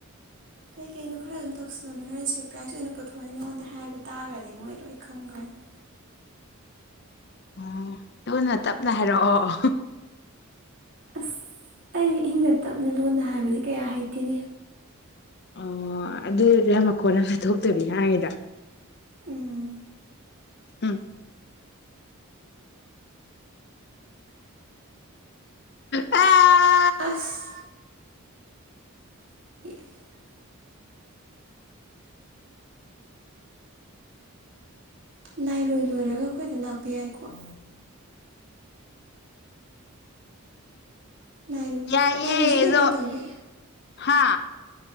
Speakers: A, on the right; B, on the left.
A: ꯀꯩ ꯀꯩꯅꯣ ꯈꯔ ꯑꯗꯨꯝ ꯇꯧꯁꯤꯜꯂꯝꯃꯦ ꯍꯣꯔꯦꯟ ꯁꯔꯄ꯭ꯔꯥꯏꯖ ꯑꯣꯏꯅ ꯄꯨꯊꯣꯛꯑꯅꯤ ꯅꯉꯣꯟꯗ ꯍꯥꯏꯕ ꯇꯥꯔꯒꯗꯤ ꯃꯣꯏ ꯂꯣꯏ ꯈꯡꯈ꯭ꯔꯅꯤ <inaudible>
B: ꯑꯣ ꯂꯨꯟꯅ ꯇꯞꯅ ꯍꯥꯏꯔꯛꯑꯣ
A: ꯑꯁ ꯑꯩ ꯏꯍꯤꯡꯗ ꯇꯞꯅ ꯂꯣꯟꯅ ꯍꯥꯏꯕꯁꯤ ꯀꯌꯥ ꯍꯩꯇꯦꯅꯤ
B: ꯑꯣ ꯑꯗꯨꯗꯤꯌꯥꯝ ꯃꯈꯀꯣꯟ ꯑꯃ ꯊꯣꯛꯇꯕꯤ ꯅꯍꯉꯗ
A: ꯎꯝ
B: ꯎꯝ ꯑ
A: ꯑꯁ <inaudible> ꯂꯥꯏꯔꯣꯏ ꯂꯣꯏꯔꯒ ꯑꯩꯈꯣꯏꯗ ꯂꯥꯛꯄ ꯌꯥꯏꯀꯣ ꯂꯥꯏꯔꯣꯏ
B: ꯌꯥꯌꯦꯗꯣ
A: ꯂꯥꯏꯔꯣꯏꯁꯤ ꯀꯩꯀꯩ ꯇꯧꯒꯦ
B: ꯍꯥ